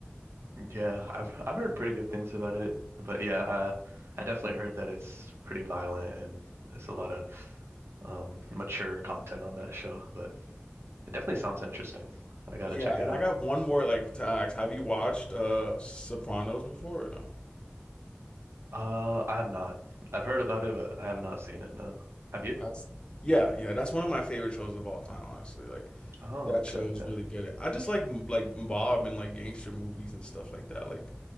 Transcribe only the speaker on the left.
Yeah,
and
I got one more like to ask. Have you watched uh Sopranos before or no?
That's yeah, yeah. That's one of my favorite shows of all time, honestly. Like
that show
is
really good. I just like m- like mob and like gangster movies and stuff like that. Like